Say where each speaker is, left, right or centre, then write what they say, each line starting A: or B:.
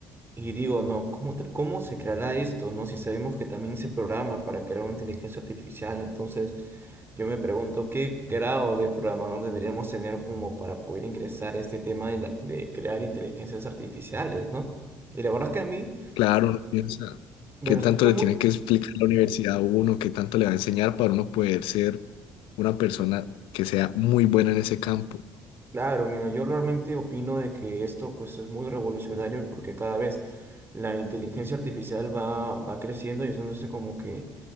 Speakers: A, on the right; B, on the left.
A: Y digo, no, ¿cómo, tra- cómo se creará esto, no? Si sabemos que también se programa para crear una inteligencia artificial, entonces yo me pregunto qué grado de programador deberíamos tener como para poder ingresar a este tema de, la- de crear inteligencias artificiales, ¿no? Y la verdad es que a mí
B: Claro, uno piensa,
A: me
B: ¿qué
A: resulta
B: tanto le
A: muy
B: tiene que explicar la universidad a uno? ¿Qué tanto le va a enseñar para uno poder ser una persona que sea muy buena en ese campo?
A: claro, mira, yo realmente opino de que esto pues es muy revolucionario porque cada vez la inteligencia artificial va, va creciendo y haciéndose como que